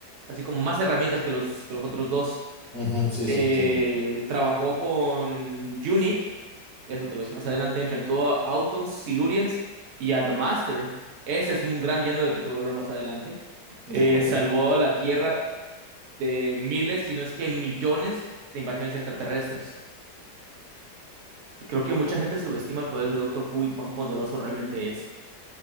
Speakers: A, on the right; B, on the right.
A: así como más herramientas que los, que los otros dos.
B: Ujú, sí,
A: Eh,
B: sí, entiendo.
A: trabajó con UNIT, eso te lo voy a decir más adelante enfrentó a Autons, Silurians y a The Master. Ese es un gran villano del que te voy a hablar más adelante.
B: De
A: Eh,
B: acuerdo.
A: salvó a la Tierra de miles, si no es que millones de invasiones extraterrestres. Creo que mucha gente subestima el poder de Doctor Who y cuán poderoso realmente es.